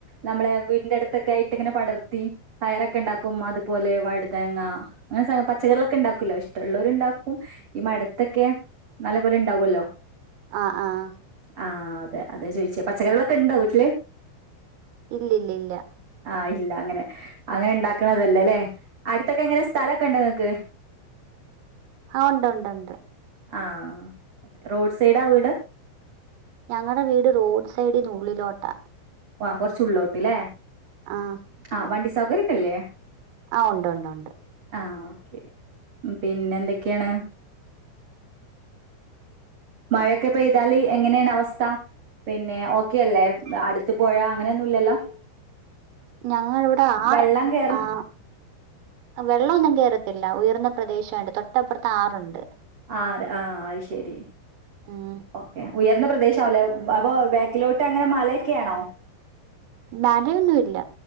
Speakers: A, on the right; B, on the right.
A: നമ്മളെ വീടിന്റെ അടുത്തൊക്കെ ആയിട്ടിങ്ങനെ പടർത്തി പയറൊക്കെ ഇണ്ടാക്കും അതുപോലെ വഴുതനങ്ങ അങ്ങനെ സ പച്ചക്കറികളൊക്കെ ഉണ്ടാക്കൂലേ ഇഷ്ടൊള്ളോരുണ്ടാക്കും ഈ മടത്തൊക്കെയാ നല്ല പോലെയിണ്ടാവുവല്ലോ?
B: ആഹ് ആഹ്
A: ആഹ് അതെ അത ചോയിച്ചേ പച്ചക്കറികളൊക്കെ ഇണ്ടോ വീട്ടില്
B: ഇല്ലില്ലില്ലാ
A: ആഹ് ഇല്ല അങ്ങനെ അങ്ങനെ ഇണ്ടാക്കണതല്ലല്ലേ അടുത്തൊക്കെ എങ്ങനെ സ്ഥലൊക്കെ ഒണ്ടോ നിങ്ങക്ക്
B: ആഹ് ഒണ്ട് ഒണ്ട് ഒണ്ട്
A: ആഹ് റോഡ് സൈഡാ വീട്?
B: ഞങ്ങളടെ വീട് റോഡ് സൈഡിനുള്ളിലോട്ടാ
A: അഹ് കുറച് ഉള്ളിലോട്ട്ല്ലേ
B: ആഹ്
A: ആ വണ്ടി സൗകര്യക്കല്ല്യെ?
B: ആ ഉണ്ട് ഉണ്ട് ഉണ്ട്
A: ആ ഓക്കെ പിന്നെ എന്തൊക്കെയാണ്? <inaudible> മഴയൊക്കെ പെയ്താല് എങ്ങനെയാണ് അവസ്ഥ, പിന്നെ ഓക്കെ അല്ലേ അടു ത്ത് പോഴ അങ്ങനെയൊന്നുല്ലല്ലോ?
B: ഞങ്ങിവിടെ ആറ്
A: വെള്ളം കേറ്
B: ആ വെള്ളമൊന്നും കേറത്തില്ല. ഉയർന്ന പ്രദേശം ആയോണ്ട് തൊട്ടപ്പുറത്ത് ആറുണ്ട്.
A: ആ ആ ശരി
B: ഉം
A: ഓക്കേ ഉയർന്ന പ്രദേശ ആവുല്ലേ അപ്പൊ ബേക്കിലോട്ട് അങ്ങനെ മലയൊക്കെയാണോ?
B: മലയൊന്നു ഇല്ല